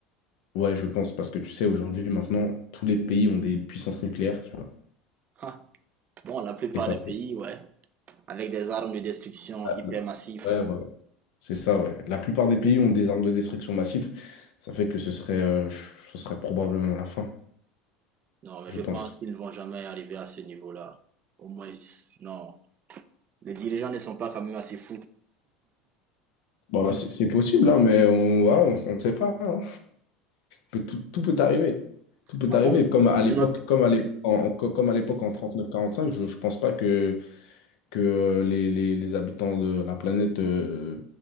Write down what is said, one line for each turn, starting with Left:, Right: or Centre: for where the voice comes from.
Left: Ouais, je pense, parce que tu sais, aujourd'hui, maintenant, tous les pays ont des puissances nucléaires, tu vois.
Right: Ha. Bon, la plupart
Left: Et ça
Right: des
Left: fait.
Right: pays, ouais, avec des armes de destruction
Left: Ah,
Right: hyper
Left: là,
Right: massives.
Left: Ouais, voilà. C'est ça, ouais. La plupart des pays ont des armes de destruction massive. Ça fait que ce serait, euh, ch- ce serait probablement la fin,
Right: Non, mais
Left: je
Right: je
Left: pense.
Right: pense qu'ils ne vont jamais arriver à ce niveau-là. Au moins, non. Les dirigeants ne sont pas quand même assez fous.
Left: Bon, c'est c'est possible, hein, mais on, voilà, on, on sait pas. hein. Peut- Tout, tout peut arriver. Tout peut
Right: Ah
Left: arriver.
Right: bon?
Left: Comme à l'époque,
Right: Une autre-
Left: comme à l'époque, en, en- comme à l'époque en trente-neuf quarante-cinq, je, je pense pas que que euh, les, les- les habitants de la planète euh,